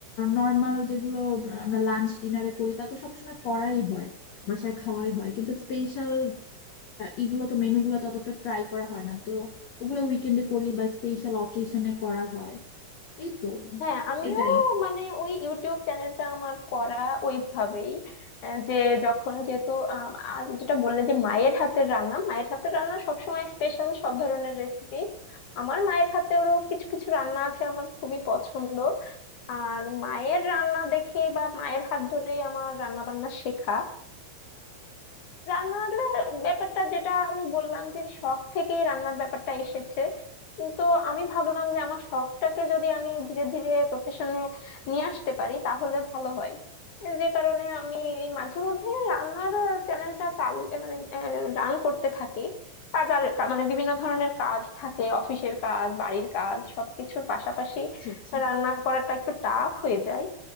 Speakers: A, on the left; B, on the left.
A: নর্মাল যেগুলো আমরা লাঞ্চ ডিনারে করি তা তো সবসময় করাই হয় বাসায় খাওয়াই হয় কিন্তু স্পেশাল এগুলো তো মেনু গুলো ততটা ট্রাই করা হয় না তো ওগুলো উইকেন্ডে করি বা স্পেশাল অকেশনে করা হয় এই তো
B: হ্যাঁ আমিও
A: এটাই
B: মানে ওই ইউটিউব চ্যানেলটা আমার করা ওইভাবেই আহ, যে যখন যেহেতু আহ, আর যেটা বললে যে মায়ের হাতের রান্না মায়ের হাতের রান্না সবসময় স্পেশাল সব ধরনের রেসিপি আমার মায়ের হাতেরও কিছু কিছু রান্না আছে আমার খুবই পছন্দ আর মায়ের রান্না দেখে বা মায়ের হাত ধরে আমার রান্না বান্না শেখা রান্নার ব্যাপারটা যেটা আমি বললাম যে শখ থেকেই রান্নার ব্যাপারটা এসেছে উম, তো আমি ভাবলাম যে আমার শখটাকে যদি আমি ধীরে ধীরে প্রফেশনে নিয়ে আসতে পারি তাহলে ভালো হয় যে কারণে আমি এই মাঝে মধ্যে রান্নার চ্যানেলটা চালিয়ে মানে রান করতে থাকি কাজার মানে বিভিন্ন ধরনের কাজ থাকে অফিসের কাজ বাড়ির কাজ সবকিছুর পাশাপাশি
A: আচ্ছা আচ্ছা
B: রান্না করাটা একটু টাফ হয়ে যায়